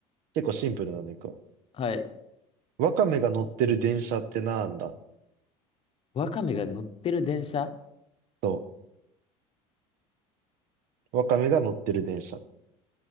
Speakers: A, on the right; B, on the left.
A: 結構シンプルなのいくわ。
B: はい。
A: わかめが乗ってる電車ってなんだ
B: ワカメが乗ってる電車
A: そう。わかめが乗ってる電車。
B: わ